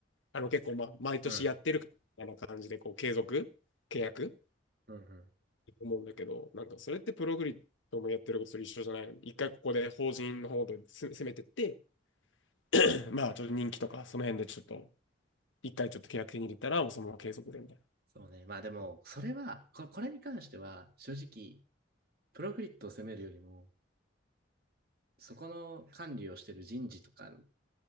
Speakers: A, on the left; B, on the right.
A: あの結構、まあ、毎年やってるみたいな感じで、
B: うん。
A: こう、継続契約
B: うんうん。
A: 思うんだけど、なんかそれってプログリッドもやってることと一緒じゃないのに、一回ここで法人の方で攻めてって、<clears throat> <coughs> まあちょっと人気とか、その辺でちょっと一回ちょっと契約手に入れたら、もうそのまま継続でみたいな。
B: そうね。まあでも、それは、こ、これに関しては、正直、プログリッドを責めるよりも、そこの管理をしている人事とか、